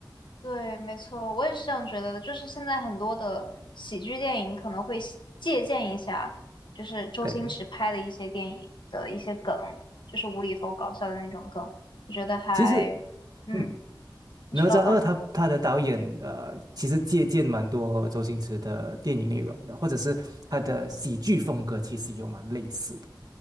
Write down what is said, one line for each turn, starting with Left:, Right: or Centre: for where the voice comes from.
Left: 对，没错，我也是这样觉得的。就是现在很多的喜剧电影可能会喜借鉴一下，就是周星驰拍的一些电影的一些梗，
Right: 对，
Left: 就是无厘头搞笑的那种梗，我觉得还，
Right: 其实
Left: 嗯，
Right: 嗯，
Left: 你说，
Right: 哪吒二他他的导演呃，
Left: 嗯。
Right: 其实借鉴蛮多周星驰的电影内容的，或者是他的喜剧风格，其实有蛮类似的。